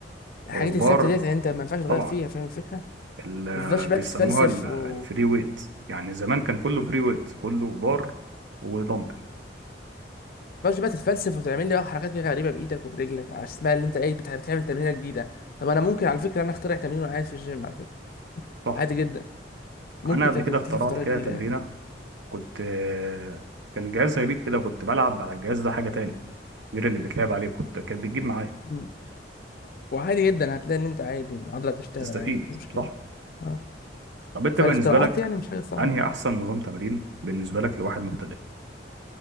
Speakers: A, on the left; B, on the right.
A: الحاجات
B: هو البار
A: الثابته ديت يعني انت ما ينفعش تغير
B: طبعا
A: فيها فاهم الفكره
B: اللي
A: ما تفضلش
B: بيسموها
A: بقى تتفلسف
B: ال- آه،
A: و
B: الفري ويت يعني زمان كان كله فري ويت كله بار ودمبل
A: ما تفضلش بقى تتفلسف وتعمل لي بقى حركات كده غريبه بايدك وبرجلك على اسمها اللي انت ايه بتع- بتعمل تمرينه جديده طب انا ممكن على فكره انا اخترع تمرين وانا قاعد في الجيم على فكره
B: صح
A: عادي جدا ممكن
B: أنا قبل
A: تت-
B: كده
A: تكتشف
B: اخترعت
A: طريقه
B: كده
A: جديده
B: تمرينة
A: يعني
B: كنت آه، كان جهاز غريب كده كنت بلعب على الجهاز ده حاجة تاني غير اللي بتلعب عليه كنت كانت بتجيب معايا
A: مم. وعادي جدا هتلاقي ان انت عادي العضله بتشتغل
B: تستفيد
A: عادي مفيش مشكله
B: صح
A: اه
B: طب انت
A: فالاختراعات
B: بالنسبه لك
A: يعني مش حاجه صعبه
B: انهي
A: يعني
B: احسن نظام تمرين بالنسبه لك لواحد مبتدئ